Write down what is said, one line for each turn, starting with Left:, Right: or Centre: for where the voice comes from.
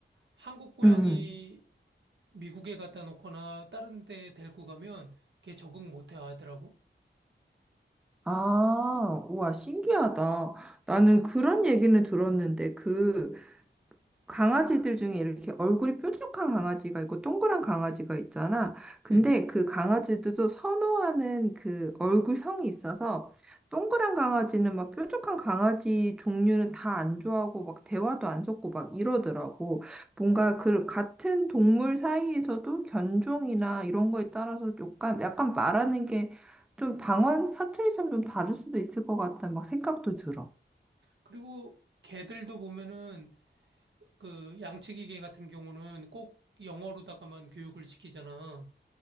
Right: 한국 고양이
Centre: 음. 음.
Right: 미국에 갖다 놓거나 다른 데 데리고 가면 걔 적응 못 하더라고.
Centre: 아, 우와, 신기하다. 나는 그런 얘기는 들었는데, 그, 강아지들 중에 이렇게 얼굴이 뾰족한 강아지가 있고 동그란 강아지가 있잖아. 근데
Right: 응.
Centre: 그 강아지들도 선호하는 그 얼굴형이 있어서 동그란 강아지는 막 뾰족한 강아지 종류는 다 안 좋아하고 막 대화도 안 섞고 막 이러더라고. 뭔가 그 같은 동물 사이에서도 견종이나 이런 거에 따라서 약간 약간 말하는 게 좀 방언 사투리처럼 좀 다를 수도 있을 것 같다는 막 생각도 들어.
Right: 그리고 개들도 보면은 그 양치기 개 같은 경우는 꼭 영어로다가만 교육을 시키잖아.